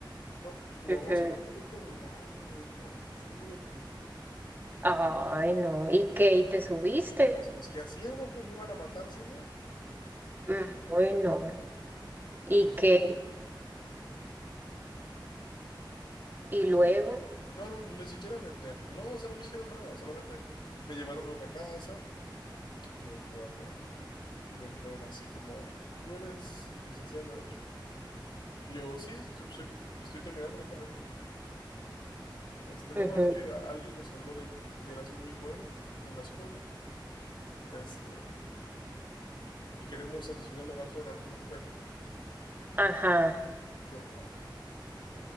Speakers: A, on the left (about 65°); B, on the right (about 25°).
A: No, no,
B: Ujú.
A: o sea, no te estoy preguntando, me dijo, súbete.
B: Ay, no, ¿y qué? ¿Y te subiste?
A: Pues, pues, ¿qué hacía abajo? ¿Me iban a matar si no?
B: Mm, Ay, no, ¿y
A: Pues me subí.
B: qué? ¿Y luego?
A: No, no, ni siquiera me, me- no, o sea, no me hicieron nada, solamente me llevaron a una casa, me, me bajé y me dijeron así como, tú eres licenciado en Derecho. Y yo, sí, estoy, soy- estoy terminando mi carrera. Este,
B: Ujú.
A: no, es que alguien nos habló de ti, que eras muy bueno en la escuela, este, y queremos asesoría legal sobre algunos temas.
B: Ajá,
A: Yo, ay,